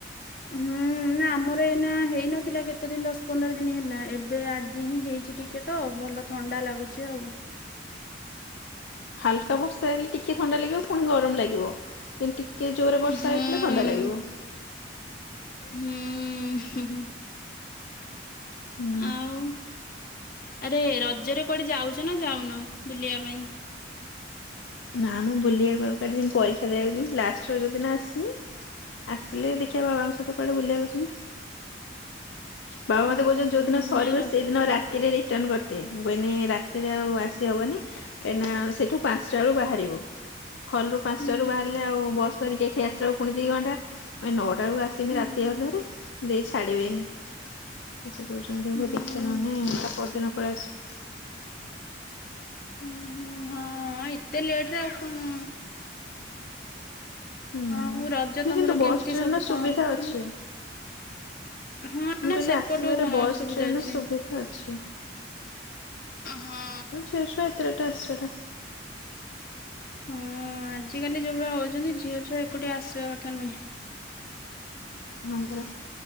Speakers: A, on the left; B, on the left.
A: ହୁଁ ନା ଆମର ଏଇନା ହେଇନଥିଲା କେତେ ଦିନ ଦଶ ପନ୍ଦର ଦିନ ହେଲା ଏବେ ଆଜି ହିଁ ହେଇଛି ଟିକେ। ତ ଭଲ ଥଣ୍ଡା ଲାଗୁଚି ଆଉ।
B: ହାଲକା ବର୍ଷା ହେଲେ ଟିକେ ଥଣ୍ଡା ଲାଗିବ ପୁଣି ଗରମ ଲାଗିବ କିନ୍ତୁ ଟିକେ ଜୋରରେ
A: ହୁଁ
B: ବର୍ଷା
A: ହୁଁ
B: ହେଇଥିଲା ଥଣ୍ଡା ଲାଗିବ।
A: ହୁଁ
B: ହୁଁ।
A: ଆଉ ଆରେ ରଜରେ କୁଆଡେ ଯାଉଚ ନା ଯାଉନ ବୁଲିବା ପାଇଁ?
B: ନାମ ବୁଲିବାକୁ ଆଉ ଯିବି ପରୀକ୍ଷା ଦେବାକୁ ଯିବି ଲାଷ୍ଟ ରଜ ଦିନ ଆସିମି ଆସିଲେ ଦେଖିବା ବାବାଙ୍କ ସହିତ କୁଆଡେ ବଲିବାକୁ ଯିବି। ବାବା
A: ହୁଁ
B: ମତେ କହୁଛନ୍ତି ଯୋଉ ଦିନ ସରିବ
A: ନା ର
B: ସେଇଦିନ ରା ରାତିରେ ରିଟର୍ଣ କରିତେ ମୁଁ କହିନି ରାତିରେ ଆଉ ଆସିହବନି ଏଇନା ସେଠୁ ପାଞ୍ଚଟା ବେଳୁ ବାହାରିବୁ ହଲରୁ ପାଞ୍ଚଟାରୁୁ
A: ହୁଁ
B: ବାହାରିଲେ ଆଉ ବସ ଧରିକି ଏଠି ଆସିଲା ବେଳକୁ ପୁଣି ଦି ଘଣ୍ଟା ନଅଟା ବେଳକୁ ଆସିବି
A: ହୁଁ
B: ରାତି
A: ହୁଁ
B: ଅଧରେ ଦେଇ ଛାଡିବେନି। ସେ କହୁଛନ୍ତି
A: ହୁଁ।
B: ହଉ ଦେଖିବା ନହେଲେ ତା ପରଦିନ ପଳେଇ ଆସିବୁ।
A: ଉଁ ହୁଁ ହଁ ଏତେ ଲେଟ ରେ ଆଉ କଣ
B: ହୁଁ
A: ଆଉ ରଜ ତମର
B: କିନ୍ତୁ ବସ୍
A: କେମିତି
B: ଟ୍ରେନ
A: ସବୁ
B: ର ସୁବିଧା
A: କଣ? ହୁଁ
B: ଅଛି।
A: ହଁ
B: ମୁଁ
A: ନା
B: କହିଲି
A: ସେପଟୁ
B: ଆସିବାରେ
A: ହଁ
B: ବସ୍
A: ସୁବିଧା
B: ଟ୍ରେନ
A: ଅଛି।
B: ର ସୁବିଧା ଅଛି।
A: ହଁ
B: ଛିଅ ଛୁଆଟା ଏତେ ରାତିରେ ଆସିବା ଟା
A: ହଁ ଆଜିକାଲି ଯୋଉଭଳିଆ ହଉଛନ୍ତି ଝିଅ ଛୁଆ ଏକୁଟିଆ ଆସିବା କଥା ନୁହେଁ।
B: ହଁ ପରା